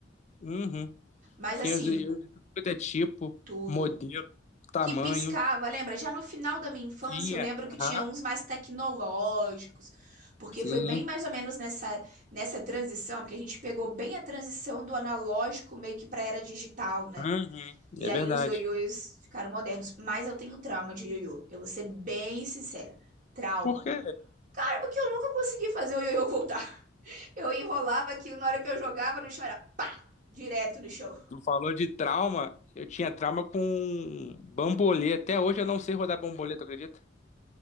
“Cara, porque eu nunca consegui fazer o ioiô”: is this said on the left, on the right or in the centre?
Right